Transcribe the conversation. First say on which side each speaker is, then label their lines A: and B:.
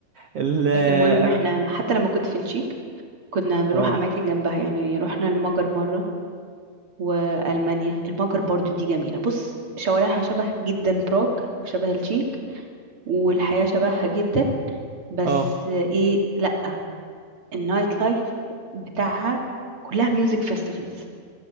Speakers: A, on the right (about 70°); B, on the right (about 35°).
A: ال
B: بس المهم
A: انا
B: احنا حتى لما كنت في التشيك كنا بنروح
A: اه
B: اماكن جنبها يعني رحنا المجر مره والمانيا المجر برضو دي جميله بص شوارعها شبه جدا براغ وشبه التشيك والحياه شبهها جدا بس
A: اه
B: ايه لا النايت لايف بتاعها كلها ميوزك فيستيفالز